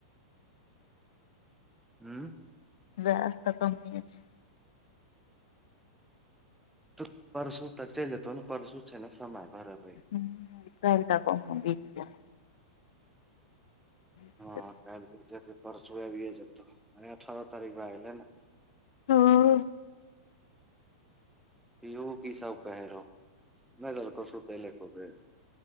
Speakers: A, in the centre; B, on the left.
A: उं।
B: वेएस तऽ कम नहिये छै।
A: तऽ परसू तक चलि जेतौ ने परसू छै ने समय भरब।
B: ह त कही। <inaudible> जाय
A: हँ काल्हि तक परसू आबियेए जेतौ आइ अठारह तारीक भेए गेलै ने।
B: हँ।
A: इहो की सब कहै रहौ नै देलकौ सुतैले एको बेड।